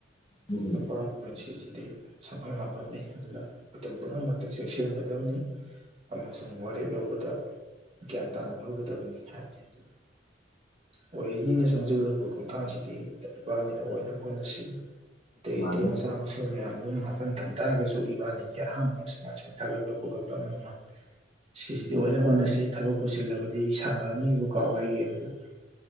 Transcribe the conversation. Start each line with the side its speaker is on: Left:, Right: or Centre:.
Left: ꯎꯝꯍꯨꯝ
Right: ꯅꯨꯄꯥꯒꯤ ꯄꯨꯟꯁꯤꯁꯤꯗꯤ ꯁꯥꯐꯝ ꯂꯥꯝꯐꯝꯅꯤ ꯑꯗꯨꯅ ꯃꯇꯝ ꯄꯨꯝꯅꯃꯛꯇ ꯆꯦꯛꯁꯤꯟꯒꯗꯕꯅꯤ ꯑꯃꯁꯨꯡ ꯋꯥꯔꯦꯞ ꯂꯧꯕꯗ ꯒ꯭ꯌꯥꯟ ꯇꯥꯅ ꯂꯧꯒꯗꯕꯅꯤ ꯍꯥꯏꯕꯅꯤ ꯑꯗꯨ
Left: <unintelligible> <inaudible>
Right: ꯑꯣꯏꯅꯤꯅ ꯆꯪꯖꯤꯜꯂꯨꯔꯤꯕ ꯈꯣꯡꯊꯥꯡꯁꯤꯗꯤ ꯏꯕꯥꯅꯤꯅ ꯑꯣꯏꯅꯕ ꯍꯣꯠꯅꯁꯤ ꯑꯇꯩ
Left: ꯃꯥꯅꯤ
Right: ꯑꯇꯩ ꯃꯆꯥ <unintelligible> <inaudible> ꯁꯨ ꯃꯌꯥꯝꯗꯨ ꯉꯥꯛꯇꯟ ꯊꯝ ꯇꯥꯔꯒꯁꯨ ꯏꯕꯥꯅꯤꯒꯤ ꯑꯍꯥꯟꯕ ꯁꯨꯃꯥꯏ ꯁꯨꯃꯥꯏꯅ ꯊꯥꯒꯠꯄ ꯈꯣꯠꯀꯠꯄ ꯑꯃ ꯑꯃ ꯁꯤꯁꯤꯗꯤ ꯑꯣꯏꯅ ꯍꯣꯠꯅꯁꯤ ꯊꯕꯛ ꯄꯨꯁꯤꯜꯂꯕꯗꯤ ꯏꯁꯥꯟꯅ ꯃꯤꯕꯨ ꯀꯥꯎꯋꯦ ꯒꯦꯝꯗ <unintelligible>